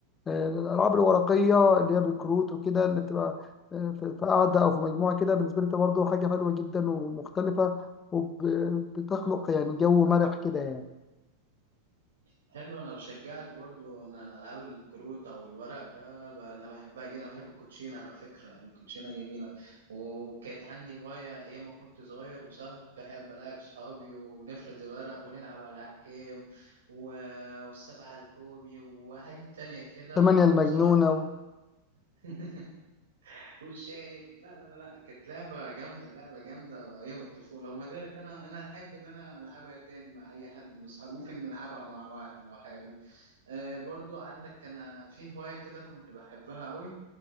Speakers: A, on the left; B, on the right.
A: آه، الألعاب الورقية اللي هي بالكروت وكده اللي بتبقى آه، في في قعدة أو في مجموعة كده بالنسبة لي ده برضه حاجة حلوة جدا ومختلفة وبتخلق يعني جو مرح كده يعني
B: حلو انا بشجعك برضو ان الالعاب الكروت او الورق ده ب- انا بحبها جدا انا بحب الكوتشينه على فكره الكوتشينه جميله وكانت عندي هوايه ايام ما كنت صغير بصراحه كنت احب العب صحابي ونفرد الورق ونلعب على احكام و... والسبعه الكومي وحاجات تانية كده
A: ثمانية المجنونة
B: بصراحه
A: و...
B: <laughs> والشايب لا لا لا لا كانت لعبه جامده لعبه جامده ايام الطفوله وما زالت انا انا احب ان انا العبها تاني مع اي حد من اصحابي ممكن نلعبها مع بعض لو حابب آه برضو عندك انا في هواية كده كنت بحبها قوي